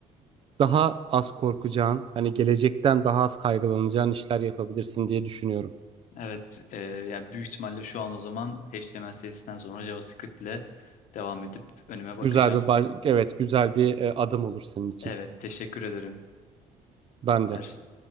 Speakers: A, on the right (about 40°); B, on the left (about 70°).
A: daha az korkacağın, hani gelecekten daha az kaygılanacağın işler yapabilirsin diye düşünüyorum.
B: Evet, e, yani büyük ihtimalle şu an o zaman HTML serisinden sonra JavaScript ile devam edip önüme bakacağım.
A: Güzel bir baş- evet güzel bir e, adım olur senin için.
B: Evet, teşekkür ederim
A: Ben
B: her
A: de.
B: şey